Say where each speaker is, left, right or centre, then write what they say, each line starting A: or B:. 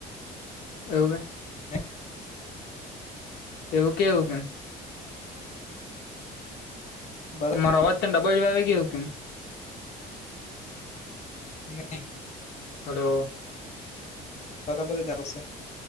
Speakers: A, on the left (about 80°); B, on the left (about 40°).
A: એવું કે.
B: હ.
A: એવું કેવું, કેમ?
B: બધા
A: મારો અવાજ તને ડબલ આવી ગયો, કેમ?
B: નહીં.
A: હલો.
B: <unintelligible>